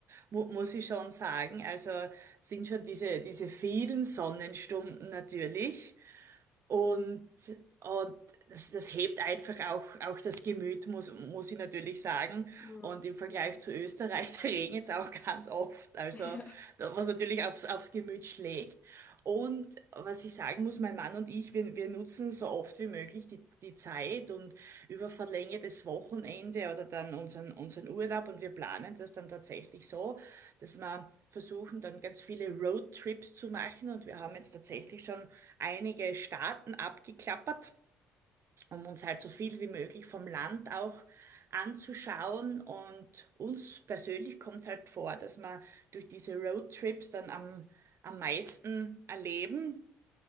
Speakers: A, on the right; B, on the left.
A: mu muss ich schon sagen. Also sind schon diese, diese vielen Sonnenstunden natürlich. Und, und das, das hebt einfach auch, auch das Gemüt, muss, muss ich natürlich sagen.
B: Mhm.
A: Und im Vergleich
B: Ja,
A: zu Österreich, <laughs> da regnet's auch ganz oft. Also,
B: <laughs> ja,
A: da- was natürlich aufs, aufs Gemüt schlägt. Und was ich sagen muss, mein Mann und ich, wir, wir nutzen so oft wie möglich die, die Zeit und über verlängertes Wochenende oder dann unseren, unseren Urlaub und wir planen das dann tatsächlich so, dass man versuchen dann ganz viele Roadtrips zu machen und wir haben jetzt tatsächlich schon einige Staaten abgeklappert, um uns halt so viel wie möglich vom Land auch anzuschauen und uns persönlich kommt halt vor, dass wir durch diese Roadtrips dann am, am meisten erleben